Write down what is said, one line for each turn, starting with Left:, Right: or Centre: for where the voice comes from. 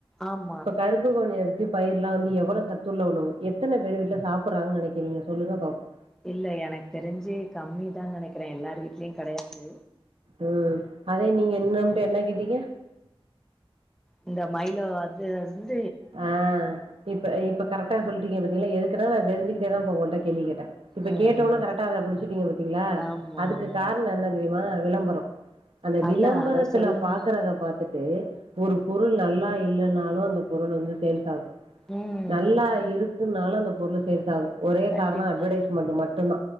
Centre: ஆமா
Right: இப்ப பருப்பு கொஞ்ச எடுத்து பயிருலா வந்து எவ்வள சத்துள்ள உணவு எத்தன பேர் வீட்ல சாப்பட்றாங்க நனைக்கிறீங்க சொல்லுங்க பாப்பாே
Centre: இல்ல எனக்கு தெரிஞ்சு கம்மி தா நனைக்கிறே எல்லார் வீட்லயு கெடையாது
Right: ம் அதே நீங்க என்னம்ட்டு என்ன கேட்டீங்க
Centre: இந்த மைலோ அது து
Right: ஆ இப்ப இப்ப கரெக்டா சொல்ட்டீங்கீங்க பாத்தீங்களா இதுக்குன்னா நா தெரிஞ்சுக்கிட்டே தா போ ஒகள்ட்ட கேள்வி கேட்டே இப்ப
Centre: ம்
Right: கேட்டோனே
Centre: ம்
Right: கரெக்டா அத புடிச்சட்டீங்க பாத்தீங்களா
Centre: ஆமா
Right: அதுக்கு
Centre: ஆமா
Right: காரண என்னது தெரியுமா விளம்பரோ அந்த
Centre: அதா
Right: விளம்பரத்துல
Centre: அத சொல்லுங்க
Right: பாக்குறத பா த்துட்டு ஒரு பொருள் நல்லா இல்லன்னாலு அந்த பொருள் வந்து சேல்ஸ் ஆகு
Centre: ம்
Right: நல்லா இருக்குனாலு அந்த பொருள் சேல்ஸ் ஆகு ஒரே
Centre: கண்டிப்பா
Right: காரணொ அட்வர்டைஸ் மன்ட் மட்டுதா